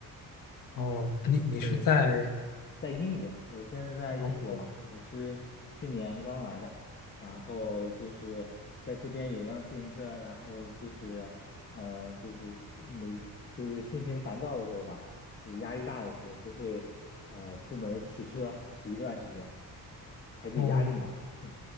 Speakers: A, on the left; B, on the left.
A: 哦，你你是在
B: 对，在英国，我现在在英国嘛，
A: 哦哦
B: 也是去年刚来的，然后就是在这边有辆自行车，然后就是，呃，就是每就是心情烦躁的时候吧，就压力大的时候，都会呃出门儿骑车骑一段时间，排解压力嘛。
A: 哦，
B: <laughs>